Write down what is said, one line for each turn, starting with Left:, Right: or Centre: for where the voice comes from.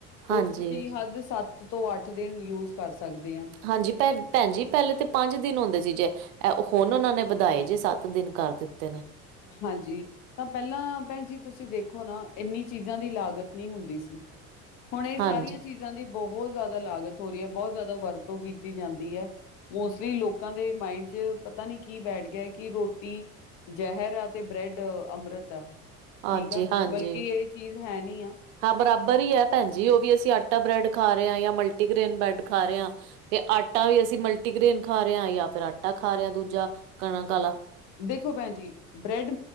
Left: ਉਹ
Right: ਹਾਂਜੀ,
Left: ਚ ਤੁਸੀਂ ਹੱਦ ਸੱਤ ਤੋਂ ਅੱਠ ਕਿਸ ਦਿਨ ਯੂਜ ਕਰ ਸਕਦੇ ਆ।
Right: ਹਾਂਜੀ ਭੈ ਭੈਣ ਜੀ ਪਹਿਲੇ ਤਾਂ ਪੰਜ ਦਿਨ ਹੁੰਦੇ ਸੀ ਜੇ ਐ ਹੁਣ ਉਹਨਾਂ ਨੇ ਵਧਾਏ ਜੇ ਸੱਤ ਦਿਨ ਕਰ ਦਿੱਤੇ ਨੇ।
Left: ਹਾਂਜੀ। ਤਾਂ ਪਹਿਲਾਂ ਭੈਣ ਜੀ ਤੁਸੀਂ ਦੇਖੋ ਨਾ ਐਨੀ ਚੀਜ਼ਾਂ ਦੀ ਲਾਗਤ ਨੀ ਹੁੰਦੀ ਸੀ। ਹੁਣ ਇਹ ਸਾਰੀਆਂ
Right: ਹਾਂਜੀ,
Left: ਚੀਜ਼ਾਂ ਦੀ ਬਹੁਤ ਜ਼ਿਆਦਾ ਲਾਗਤ ਹੋ ਰਹੀ ਆ, ਬਹੁਤ ਜ਼ਿਆਦਾ ਵਰਤੋਂ ਕੀਤੀ ਜਾਂਦੀ ਐ। ਮੋਸਟਲੀ ਲੋਕਾਂ ਦੇ ਮਾਇੰਡ ਚ ਪਤਾ ਨੀ ਕੀ ਬੈਠ ਗਿਆ ਕਿ ਰੋਟੀ ਜ਼ਹਿਰ ਆ ਤੇ ਬ੍ਰੈਡ ਅੰਮ੍ਰਿਤ ਆ,
Right: ਹਾਂਜੀ,
Left: ਠੀਕ ਆ
Right: ਹਾਂਜੀ।
Left: ਬਲਕਿ ਐ ਚੀਜ਼ ਹੈ ਨੀ ਆ।
Right: ਹਾਂ ਬਰਾਬਰ ਈ ਆ ਭੈਣ ਜੀ, ਉਹ ਵੀ ਅਸੀਂ ਆਟਾ ਬ੍ਰੈਡ ਖਾ ਰਹੇ ਆ ਜਾਂ ਮਲਟੀਗ੍ਰੇਨ ਬ੍ਰੈਡ ਖਾ ਰਹੇ ਆ ਤੇ ਆਟਾ ਵੀ ਅਸੀਂ ਮਲਟੀਗ੍ਰੇਨ ਖਾ ਰਹੇ ਆ ਜਾਂ ਫਿਰ ਆਟਾ ਖਾ ਰਹੇ ਆ ਦੂਜਾ। ਕਣਕ
Left: ਹੂੰ।
Right: ਆਲਾ।
Left: ਦੇਖੋ ਭੈਣ ਜੀ ਬ੍ਰੈਡ